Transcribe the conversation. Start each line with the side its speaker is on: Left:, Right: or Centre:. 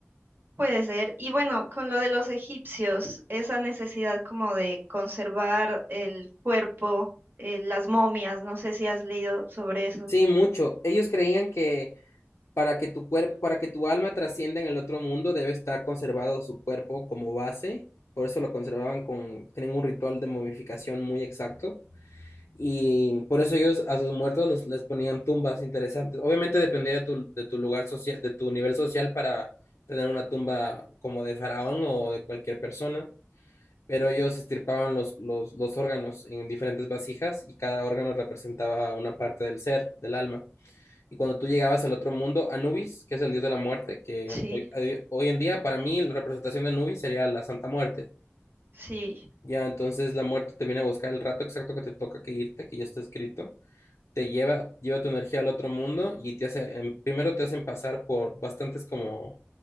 Right: Puede ser. Y bueno, con lo de los egipcios, esa necesidad como de conservar el cuerpo, eh, las momias, no sé si has leído sobre eso.
Left: Sí, mucho. Ellos creían que para que tu cuerpo, para que tu alma trascienda en el otro mundo, debe estar conservado su cuerpo como base, por eso lo conservaban con, tienen un ritual de momificación muy exacto. Y por eso ellos a sus muertos los- les ponían tumbas interesantes. Obviamente dependía de tu, de tu lugar social, de tu nivel social para tener una tumba como de faraón o de cualquier persona, pero ellos estirpaban los, los, los órganos en diferentes vasijas y cada órgano representaba una parte del ser, del alma. Y cuando tú llegabas al otro mundo, Anubis, que es el dios de la muerte, que
Right: Sí,
Left: hoy, hoy en día para mí la representación de Anubis sería la Santa Muerte.
Right: sí,
Left: Ya, entonces la muerte te viene a buscar el rato exacto que te toca que irte, que ya está escrito te lleva, lleva tu energía al otro mundo y te hace, em, primero te hacen pasar por bastantes como